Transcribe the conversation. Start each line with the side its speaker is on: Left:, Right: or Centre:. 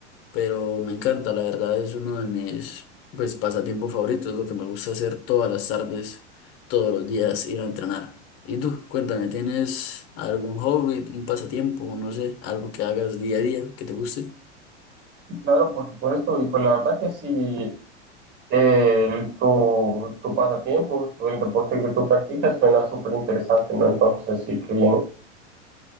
Left: pero me encanta, la verdad es uno de mis pues pasatiempos favoritos, lo que me gusta hacer todas las tardes, todos los días, ir a entrenar. Y tú, cuéntame, ¿tienes algún hobby, un pasatiempo, no sé, algo que hagas día a día que te guste?
Right: sí, claro, por supuesto. Y pues la verdad que sí, eh, el- tu, tu pasatiempo, tu- el deporte que tú practicas suena súper interesante, ¿no? Entonces sí, qué bien.